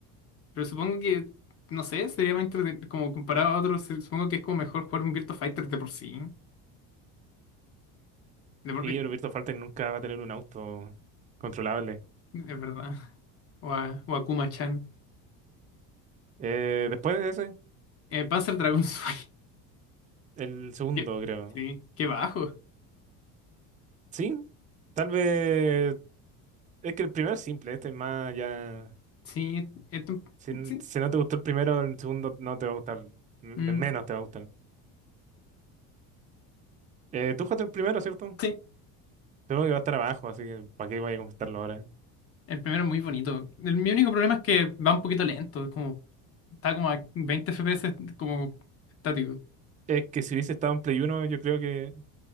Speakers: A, on the left (about 40°); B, on the right (about 20°).
A: Pero supongo que, no sé, sería más entrete- como comparado a otros, se- supongo que es como mejor jugar un Virtua Fighter de por sí. De por-
B: Sí, pero Virtua Fighter nunca va a tener un auto controlable.
A: Es verdad. <laughs> O a, o a Kuma-chan.
B: Eh, después de ese,
A: Eh, Panzer Dragon Sway.
B: el
A: <laughs>
B: segundo,
A: Qué-
B: creo.
A: Sí, qué bajo.
B: Sí, tal vez. Es que el primero es simple, este es más ya.
A: Sí, es un-
B: Si,
A: sí,
B: si no te gustó el primero, el segundo no te va a gustar. m-
A: mm,
B: Menos te va a gustar. Eh, tú jugaste el primero, ¿cierto?
A: sí,
B: Tengo que va a estar abajo, así que ¿para qué voy a comentarlo ahora?
A: el primero es muy bonito. El- mi único problema es que va un poquito lento, es como... Está como a 20 FPS, como estático.
B: Es que si hubiese estado en Play uno yo creo que